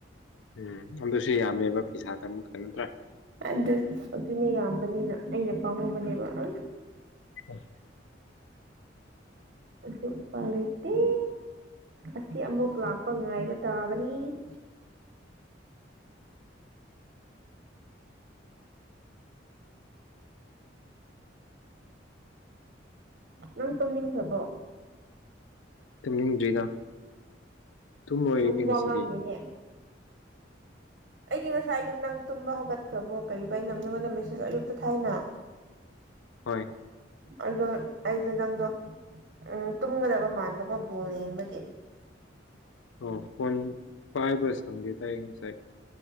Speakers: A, on the left; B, on the right.
A: ꯎꯝ ꯑꯗꯨꯁꯨ ꯌꯥꯝꯃꯦꯕ ꯄꯩꯁꯥꯗ ꯑꯃꯨꯛ ꯀꯩꯅ ꯅꯠꯇ꯭ꯔꯥ
B: ꯑꯗꯨ ꯑꯗꯨꯅꯦ ꯌꯥꯝꯕꯅꯤꯅ ꯑꯩꯅ ꯄꯥꯝꯃꯨꯕꯅꯦꯕ ꯑ
A: ꯎꯝ
B: ꯑꯗꯨꯠꯎꯄꯥꯏ ꯂꯩꯩꯇꯦ ꯑꯁꯤ ꯑꯃꯨꯛ ꯂꯥꯛꯄ ꯉꯥꯏꯕ ꯇꯥꯕꯅꯤ <inaudible> ꯅꯪ ꯇꯨꯝꯅꯤꯡꯈ꯭ꯔꯕꯣ
A: ꯇꯨꯝꯅꯤꯡꯗ꯭ꯔꯤꯗ ꯇꯨꯝ ꯑꯣꯏꯔꯗꯤ
B: ꯅꯪ ꯋꯥ
A: ꯉꯁꯤꯗꯤ
B: ꯉꯥꯡꯗꯦꯅꯦ ꯑꯩꯗꯤ ꯉꯁꯥꯏ ꯌꯨꯝ ꯅꯪ ꯇꯨꯝꯕ ꯍꯧꯒꯠꯈ꯭ꯔꯕꯣ ꯀꯔꯤꯕ ꯑꯩꯅ ꯅꯉꯣꯟꯗ ꯃꯦꯁꯦꯁ ꯑꯌꯨꯛꯇ ꯊꯥꯏꯅ
A: ꯍꯣꯏ
B: ꯑꯗꯣ ꯑꯩꯗꯣ ꯅꯪꯗꯣ ꯎꯝ ꯇꯨꯝꯒꯗꯕ ꯃꯥꯟꯕꯒꯣ ꯕꯣꯜ ꯌꯦꯡꯕꯒꯤ
A: ꯑꯣ ꯐꯣꯟ ꯄꯥꯏꯕ ꯁꯪꯗꯦ ꯇꯥꯏꯌꯦ ꯉꯁꯥꯏ